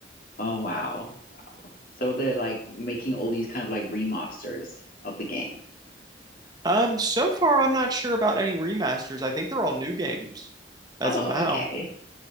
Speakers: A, on the left; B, on the right.
A: Oh wow, wow. So they're like making all these kind of like remasters of the game.
B: Um, so far, I'm not sure about any remasters. I think they're all new games as
A: Oh,
B: of now.
A: okay.